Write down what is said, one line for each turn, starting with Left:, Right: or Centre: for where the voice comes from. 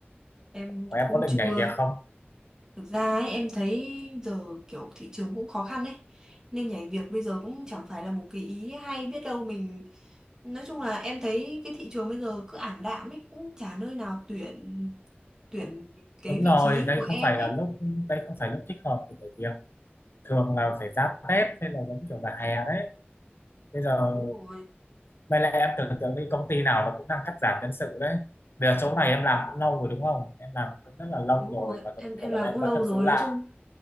Right: em
Left: và em
Right: cũng
Left: có định
Right: chưa
Left: nhảy việc không
Right: thực ra ấy, em thấy giờ kiểu thị trường cũng khó khăn đấy nên nhảy việc bây giờ cũng chẳng phải là một cái ý hay biết đâu mình Nói chung là em thấy cái thị trường bây giờ cứ ảm đạm ấy cũng chả nơi nào tuyển tuyển cái
Left: đúng
Right: vị
Left: rồi
Right: trí
Left: đây
Right: của
Left: không
Right: em
Left: phải
Right: ấy.
Left: là lúc đây không phải lúc thích hợp để nhảy việc thường là phải ra Tết hay là giống kiểu là hè đấy bây giờ
Right: Đúng rồi,
Left: May là em tưởng tượng đi công ty nào nó cũng đang cắt giảm nhân sự đấy. Bây giờ chỗ này em làm cũng lâu rồi đúng không? Em làm cũng rất là lâu
Right: đúng
Left: rồi
Right: rồi.
Left: và
Right: Em
Left: giống như
Right: em
Left: kiểu là
Right: làm
Left: em
Right: cũng lâu
Left: vẫn được
Right: rồi,
Left: giữ lại.
Right: nói chung